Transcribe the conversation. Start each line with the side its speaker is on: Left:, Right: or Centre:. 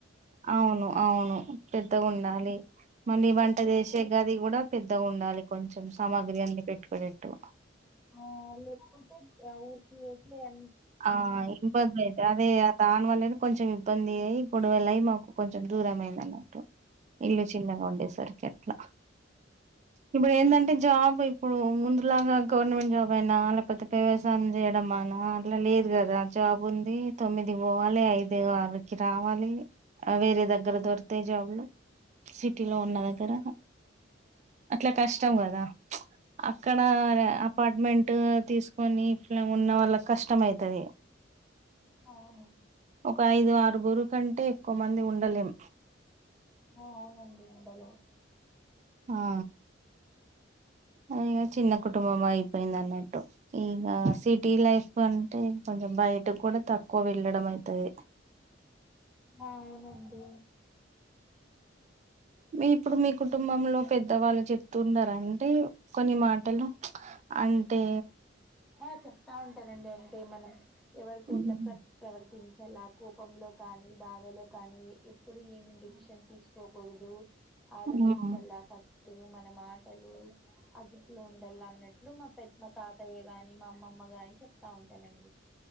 Right: అవును అవును పెద్దగన్డాలి మళ్ళీ
Centre: లేకపోతే
Right: వంట చేసే గది కూడా పెద్దగా ఉండాలి కొంచెం సామాగ్రి అన్ని పెట్టుకునేట్టు
Centre: ఆ లేపుతే ఉపి యూపీ ఎ
Right: ఆ ఇబ్బంది అయితే అదే ఆ దాన్ వల్లనే కొంచెం ఇబ్బంది అయి ప్పుడు వేల అయి మాకు కొంచెం దూరమైంది అన్నట్టు ఇల్లు చిన్నగుండెసరికి ఎట్లా ఇప్పుదెందంటే జాబ్ ఇప్పుడు ముందులాగా గవర్నమెంట్ జాబ్ అయినా లేకపోతే వ్యవసాయం చేయడంమనా ల లేదు కదా జాబ్ ఉంది తొమ్మిది పోవాలి ఐదు ఆరుకి రావాలి వేరే దగ్గర దొకుతాయి జాబ్లు సిటీ లో ఉన్న దగ్గర అట్లా కష్టం కదా అక్కడ అపార్ట్మెంట్ తీసుకొని ఇట్ల ఉన్న వాళ్ళక్ కష్టమైతది
Centre: అవును
Right: ఒక ఐదు ఆరుగురు కంటే క్కువ మంది ఉండలేం
Centre: ఆ అవునండి ఉండలేం
Right: ఆ అది చిన్న కుటుంబం అయిపోయింది అన్నట్టు ఇక సిటీ లైఫ్ అంటే కొంచెం బయట కూడా తక్కువ వెళ్ళడం అయితది
Centre: అవునండి
Right: మీ ఇప్పుడు మీ కుటుంబంలో పెద్దవాళ్ళు చెప్తున్నరంటే కొన్ని మాటలు అంటే
Centre: ఆ చెప్తా ఉంటారండి అంటే మనం, ఎవరితో
Right: మ్మ్
Centre: ఇట్ల ప్ర ప్రవర్తించాలా కోపంలో కానీ బాధలో కానీ ఇప్పుడు ఏమి డెసిషన్ తీసుకోకూడదు, ఆలోచించలా
Right: మ్మ్
Centre: ఫస్ట్ మన మాటలు అదుపులో ఉండల్ల అన్నట్టు. ఇలు మా పెద్ మా తాతయ్య గాని, మా అమ్మమ్మ గాని చెప్తా ఉంటారండి.